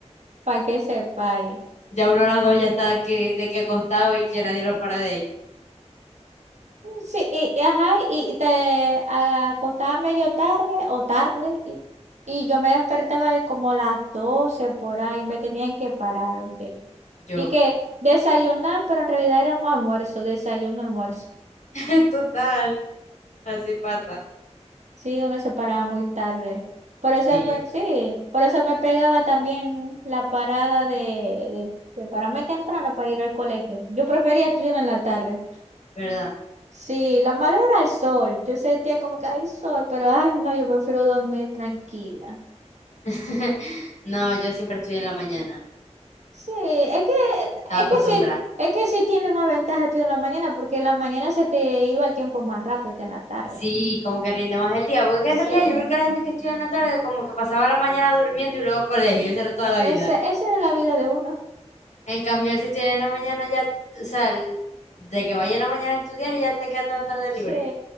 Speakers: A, on the right (about 75°); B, on the left (about 75°).
A: para que sepa.
B: <laughs> ya uno a las 2 ya está que, de que acostado y que nadie lo para de ahí.
A: Sí, y, y ajá, y, y te acostaba medio tarde o tarde y, y yo me despertaba de como a las 12 por ahí, me tenían que parar, ¿oíste?
B: Yo,
A: Y que desayunar, pero en realidad era un almuerzo, desayuno, almuerzo.
B: <laughs> total, así pasa.
A: Sí, uno se paraba muy tarde. Por eso
B: Sí,
A: me, sí, por eso me pegaba también la parada de, de, de pararme temprano para ir al colegio. Yo prefería estudiar en la tarde.
B: ¿verdad?
A: Sí, lo malo era el sol. Yo sentía como que hay sol, pero ay, no, yo prefiero dormir tranquila.
B: <laughs> No, yo siempre estudié en la mañana,
A: Sí, es que,
B: estaba
A: es
B: acostumbrada.
A: que sí, es que sí tiene una ventaja estudiar en la mañana, porque en la mañana se te iba el tiempo más rápido que en la tarde.
B: Sí, como que rinde más el día, porque es que
A: Sí,
B: en realidad yo creo que la gente que estudia en la tarde como que pasaba la mañana durmiendo y luego colegio, eso era toda la
A: esa,
B: vida.
A: esa era la vida de uno.
B: En cambio, si estudias en la mañana ya, o sea, el- de que vaya en la mañana a estudiar y ya te queda toda la tarde
A: Sí,
B: libre,